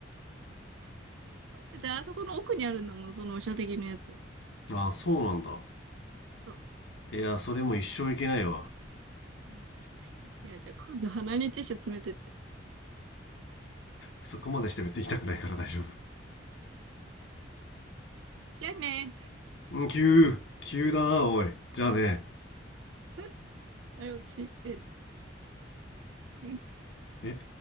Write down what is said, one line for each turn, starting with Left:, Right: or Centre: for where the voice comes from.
Right: だってあそこの奥にあるんだもん、その射的のやつ。
Left: うなああそうなんだ
Right: そう。
Left: いやそれも一生いけないわ
Right: うんいや、じゃあ今度鼻にティッシュ詰めてって。
Left: そこまでして別に行きたくないから大丈夫
Right: じゃあね。
Left: うん急急だなおいじゃあね
Right: <laughs> あれ、私、え、うん。
Left: え